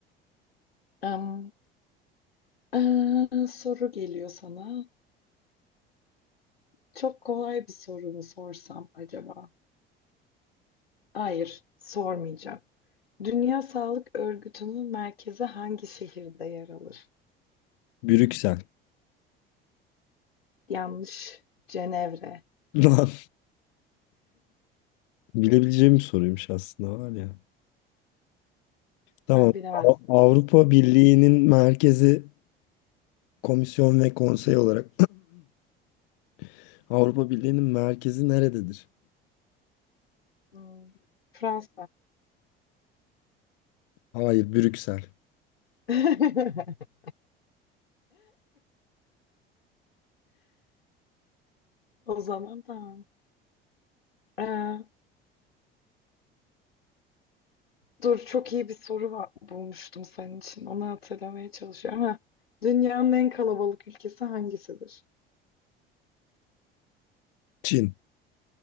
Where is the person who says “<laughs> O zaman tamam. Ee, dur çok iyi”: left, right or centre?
Left